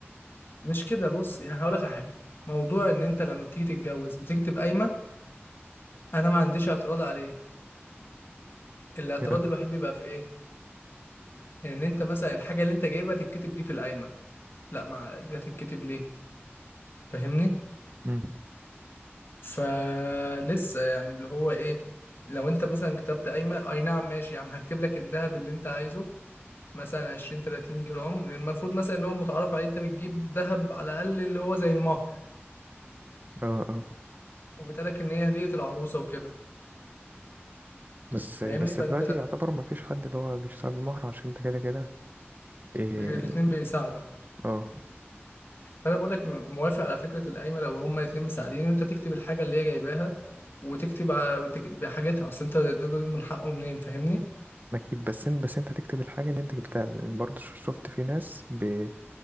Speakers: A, on the left; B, on the right.
A: مش كده بص يعني هقول لك على حاجه موضوع ان انت لما بتيجي تتجوز بتكتب قايمه انا ما عنديش اعتراض عليه الاعتراض
B: كده
A: الوحيد بيبقى في ايه ان انت مثلا الحاجه اللي انت جايبها تتكتب دي في القايمه لا ما دي هتتكتب ليه فاهمني
B: مم.
A: فلسه يعني اللي هو ايه لو انت مثلا كتبت قايمه اي نعم ماشي يا عم هكتب لك الذهب اللي انت عايزه مثلا 20 30 جرام المفروض مثلا ان هو المتعارف عليه انت بتجيب ذهب على الاقل اللي هو زي المهر
B: اه اه
A: وبتقالك ان هي هديه العروسه وكده
B: بس
A: فاهمني
B: بس
A: فانت
B: دلوقتي يعتبر ما فيش حد اللي هو بيشتغل بمهر عشان انت كده كده ايه
A: ب- الاتنين بيساعدوا
B: اه
A: فانا بقول لك موافق على فكره القايمه لو هما الاتنين مساعدين وانت تكتب الحاجه اللي هي جايباها وتكتب ع- وتك- بحاجتها اصل انت ده ده ده من حقه منين فاهمني
B: اكيد بس انت بس انت تكتب الحاجة اللي انت جبتها لأن برضه ش- شفت في ناس بي